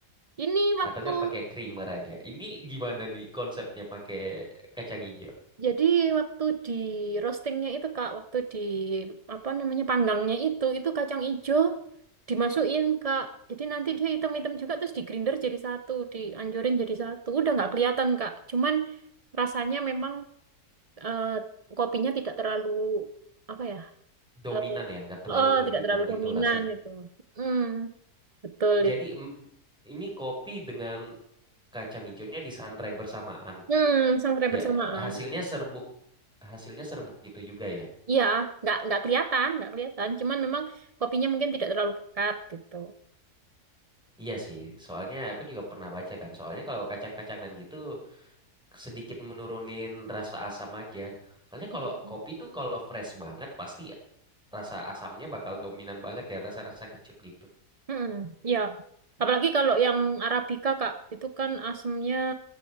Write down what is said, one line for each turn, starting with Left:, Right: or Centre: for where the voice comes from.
Right: Ini waktu
Centre: atau enggak pakai creamer aja. Ini gimana nih konsepnya pakai kacang hijau?
Right: jadi waktu di roastingnya itu Kak, waktu di apa namanya panggangnya itu, itu kacang ijo dimasukin Kak. Jadi nanti dia hitam-hitam juga terus di grinder jadi satu, dianjurin jadi satu. Udah nggak kelihatan Kak. Cuman rasanya memang eh, kopinya tidak terlalu apa ya?
Centre: Dominan
Right: eh
Centre: ya nggak terlalu
Right: eh,
Centre: dominan
Right: tidak terlalu
Centre: gitu
Right: dominan
Centre: rasanya.
Right: itu. Mm, betul
Centre: Jadi
Right: itu.
Centre: mm, ini kopi dengan kacang hijaunya disangrai bersamaan.
Right: Hmm, sangrai
Centre: Ya
Right: bersamaan.
Centre: hasilnya serbuk hasilnya serbuk gitu juga ya.
Right: Iya, nggak nggak kelihatan, nggak kelihatan. Cuman memang kopinya mungkin tidak terlalu pekat gitu.
Centre: Iya sih, soalnya aku juga pernah baca kan. Soalnya kalau kacang-kacangan gitu sedikit menurunin rasa asam aja. Soalnya
Right: Mm.
Centre: kalau kopi tuh kalau fresh banget pasti rasa asamnya bakal dominan banget ya, rasa-rasa kecut gitu.
Right: Hmm, ya. Apalagi kalau yang Arabica, Kak, itu kan asemnya